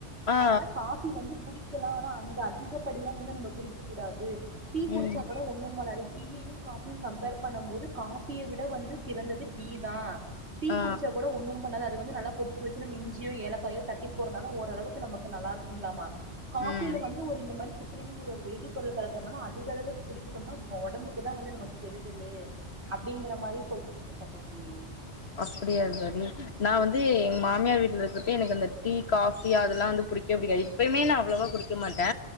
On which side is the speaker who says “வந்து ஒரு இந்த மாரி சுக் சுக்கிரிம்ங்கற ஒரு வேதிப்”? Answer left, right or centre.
Right